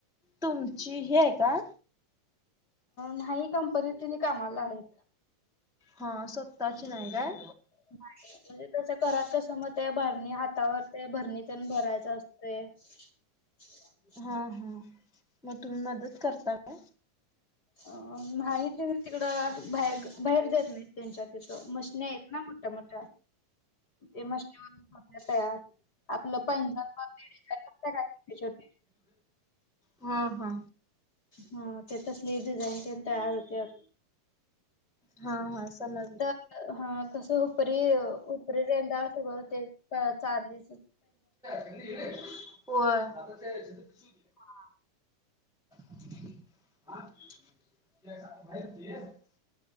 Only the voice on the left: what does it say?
नाही कंपनी तिने कामाला आहेत.
बा. म्हणजे त्याच घरात कसं मग ते भरणी हातावर ते भरणी त्या भरायच असते. ह.
अ माहित नाही तिकडं. बाहे बाहेर देत नाहीत त्यांच्या तिथं मशन आहेत ना मोठ्या मोठ्या. ते मशले वपल्या तयार. आपलं पैंजण छोटे छोटे
हा त्या तसली डिझाईन प तयार होते.
तर हा कसं. उर उपरे रह सगळ ते चांदी.
हा.